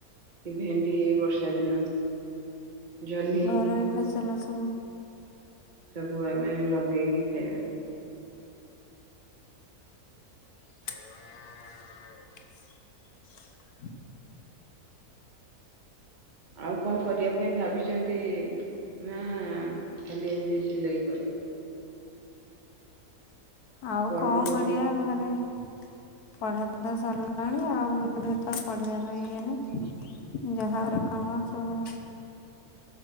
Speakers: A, on the right; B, on the left.
A: କି ଭେଣ୍ଡି ଏଇ ବର୍ଷା ଦିନ ଜହ୍ନି
B: ଘରୋଇ ଫସଲ ସବୁ।
A: ସବୁ ଆମେ ଲଗେଇକି ଖାଇବା।
B: <inaudible>
A: ଆଉ କଣ କରିବା ପାଇଁ ଭାବିଛନ୍ତି? ନା ଖାଲି ଏମତି ସିଲେଇ କର?
B: ଆଉ
A: ପଢା
B: କଣ
A: ପଢି
B: କରିବା ଘରେ ପଢା ପଢା ସରିଲାଣି ଆଉ ଏବେ ତ ପଢିବା ପାଇଁ ଇଏ ନାହିଁ ଯାହାର କାମ ସବୁ